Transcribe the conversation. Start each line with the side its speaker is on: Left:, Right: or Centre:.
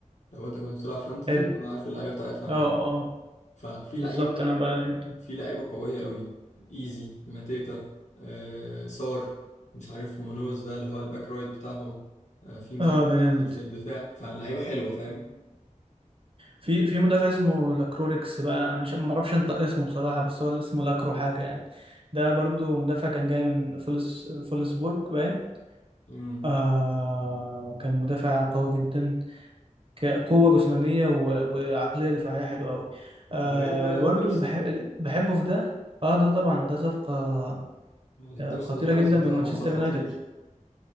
Left: لو انت كنت بتلعب فانتزي
Right: حلو
Left: انا عارف اللعيبه بتاعتها
Right: اه
Left: منها
Right: اه
Left: ففي
Right: بالظبط
Left: لعيبه
Right: انا بقى لعبت
Left: في لعيبه قويه قوي ايزي ماتيتا آه سار مش عارف مونوز ده اللي هو الباك رايت بتاعهم آه في مش
Right: اه
Left: عارف
Right: ده جامد
Left: في في الدفاع فلعيبه حلوه فاهم
Right: في في مدافع اسمه لاكروريكس بقى مش ما اعرفش انطق اسمه بصراحة بس هو اللي اسمه لاكرو حاجة يعني ده برضو مدافع كان جاي من فولس فولسبورج باين
Left: امم
Right: آه كان مدافع قوي جدا كقوة جسمانية و- وعقلية دفاعية حلوة أوي آه
Left: ده غير بقى هندرسون
Right: برضو اللي بحب اللي بحبه في ده اه ده طبعا ده صفقة
Left: هندرسون
Right: آه، خطيرة
Left: الحارس
Right: جدا
Left: بتاعهم
Right: من مانشستر
Left: ده خطير
Right: يونايتد